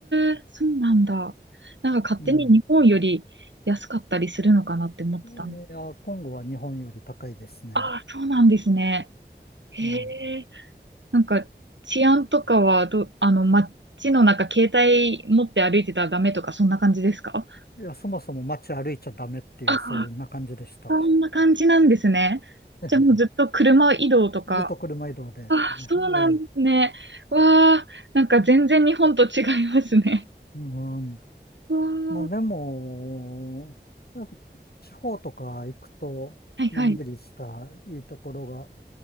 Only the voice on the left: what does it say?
うん。いや、コンゴは日本より高いですね。
ええ
いや、そもそも街歩いちゃダメっていう、
そういうな感じでした。
<laughs>
ええずっと車移動で。
ええ、
うん。
まあでも、やっぱ地方とか行くと、
のんびりしたいいところが